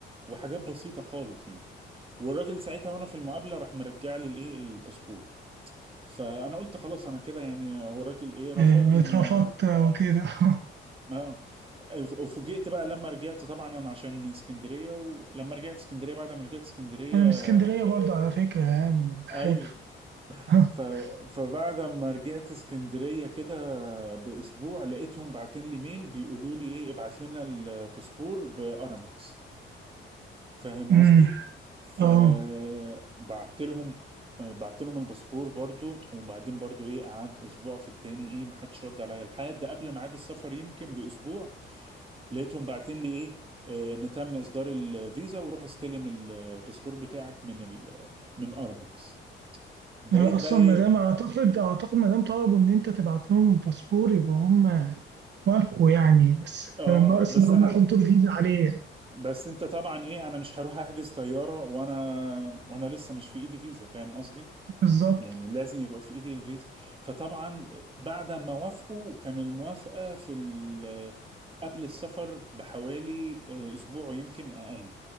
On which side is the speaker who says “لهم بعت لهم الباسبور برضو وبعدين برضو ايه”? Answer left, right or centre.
Right